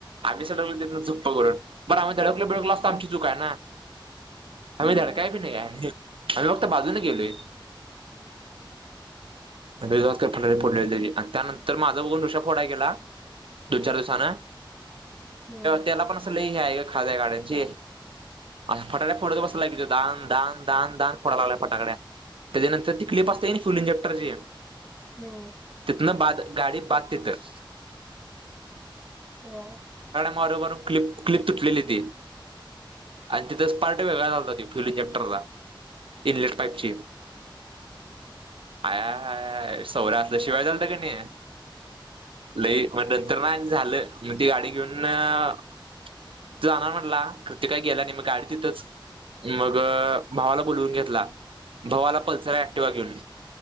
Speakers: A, on the right; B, in the centre.
A: आम्ही सटकलो त्यां चुक प करून बर आम्ही धडकल भिडकलो असं आमची चूक आहे ना आम्ही
B: हम्म
A: धडकाय भी नाही आम्ही फक्त बाजूने गेलोय फ फोडले आणि त्यानंतर माझा बघून ऋषा फोडाय गेला दोन चार दिवसान
B: हम्म
A: त्याला पण असं लले हे आहे का खाज् आहे गाड्यांची अ फटाकड्या फोडत बस ति दान दान दान दान फोडाय लागल फटाकड्या त्याच्या नंतर त क्लिप असताते फूल इंजेक्टर जी आहे
B: हम्म
A: तितन बा गाडी बाध त तर
B: हा
A: मारबार क्लिप क्लिप तुटलेली ती आणि तिथेच पार्ट वेगळा चालतात फ्युल इंजेक्टरचा इलेक्ट पाईपची हया सौर्या असल्या शिवाय झालत कणी लई मग नंतर ना झालं मग ती गाडी घेऊन तू जाणार म्हटला तर ते काय गेला नाही मग गाडी तिथंच मग भावाला बोलवून घेतला भावाला पल्सर ऍक्टिवा घेऊन